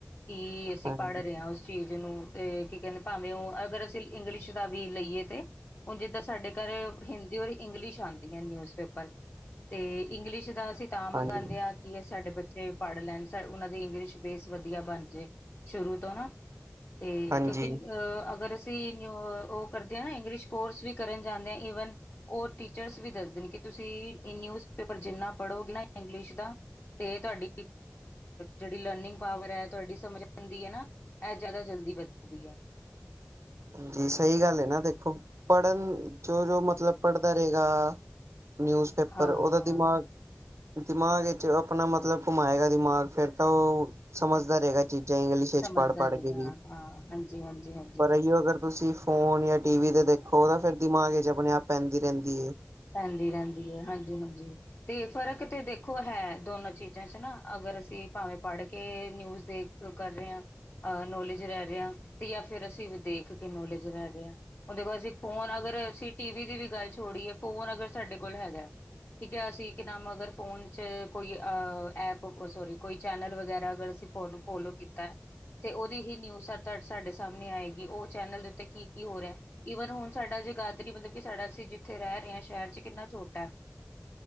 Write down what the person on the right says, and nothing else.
ਹਾਂਜੀ
ਹਾਂਜੀ
ਹਾਂਜੀ
ਜੀ ਸਹੀ ਗੱਲ ਹੈ ਨਾ ਦੇਖੋ। ਪੜ੍ਹਨ ਜੋ-ਜੋ ਮਤਲਬ ਪੜ੍ਹਦਾ ਰਹੇਗਾ। ਨਿਊਜ਼ ਪੇਪਰ
ਉਹਦਾ ਦਿਮਾਗ ਦਿਮਾਗ ਵਿੱਚ ਆਪਣਾ ਮਤਲਬ, ਘੁਮਾਏਗਾ ਦਿਮਾਗ, ਫੇਰ ਤਾਂ ਉਹ ਸਮਝਦਾ ਰਹੇਗਾ। ਚੀਜ਼ਾਂ ਇੰਗਲਿਸ਼ ਵਿੱਚ
ਪੜ੍ਹ- ਪੜ੍ਹ
ਕੇ ਵੀ,
ਪਰ ਇਹੀਓ ਅਗਰ ਤੁਸੀਂ ਫੋਨ ਜਾਂ ਟੀ ਵੀ ਤੇ ਦੇਖੋ ਤਾਂ। ਫੇਰ ਦਿਮਾਗ ਵਿੱਚ ਆਪਣੇ ਆਪ ਪੈਂਦੀ ਰਹਿੰਦੀ ਏ।